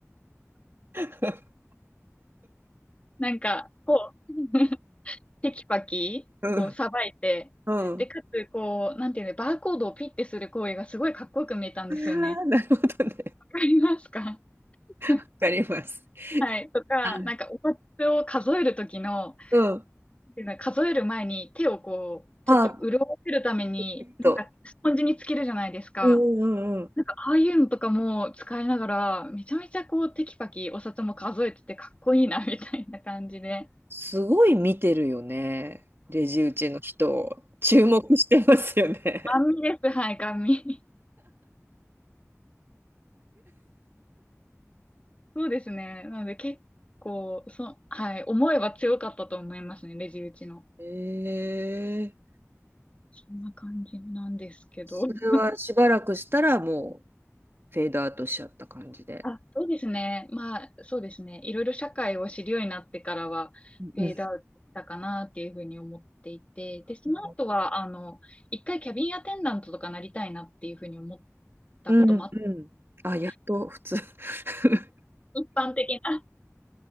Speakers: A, on the right (about 50°); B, on the left (about 25°).
A: <laughs>
B: なんか、こう、<laughs> テキパキ、
A: う
B: こう、さばいて、
A: んうん
B: で、かつ、こう、なんていうの、バーコードをピッてする行為がすごいかっこよく見えたんですよね。
A: ああ、なるほどね。
B: わかりますか
A: わかります。
B: <laughs> はいとか、
A: あ、
B: なんか、お札を数えるときの、
A: うん。
B: っていうのは数える前に手をこう、ちょっと潤わせるために、
A: あ、えっと。
B: なんか、スポンジにつけるじゃないですか。
A: うんうん
B: なんか、ああいうのとかも使いながら、めちゃめちゃこう、テキパキお札も数えててかっこいいな、みたいな感じで。
A: すごい見てるよね。レジ打ちの人、注目してますよね。
B: ガン見です、はい、ガン見。そうですね。なので結構、そ、はい、思いは強かったと思いますね、レジ打ちの。
A: ええ
B: そんな感じなんですけど。<laughs>
A: それはしばらくしたらもうフェードアウトしちゃった感じで。
B: あ、そうですね。まあ、そうですね。いろいろ社会を知るようになってからは、
A: うんうん
B: フェードアウトしたかなっていうふうに思っていて、で、その後は、
A: うん。
B: あの、一回キャビンアテンダントとかなりたいなっていうふうに思ったこともあっ
A: うんうんあ、
B: た。
A: やっと普通。<laughs>
B: 一般的な、